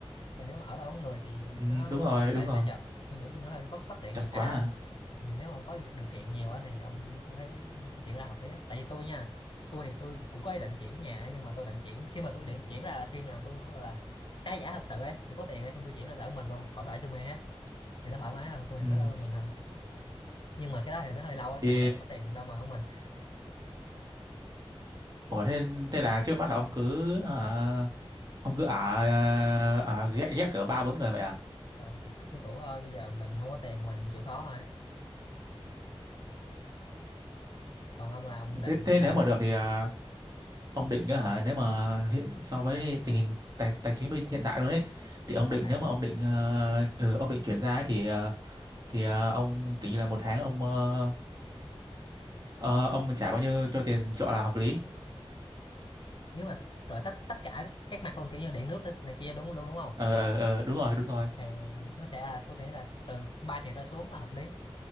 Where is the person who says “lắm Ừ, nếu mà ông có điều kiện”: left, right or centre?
Left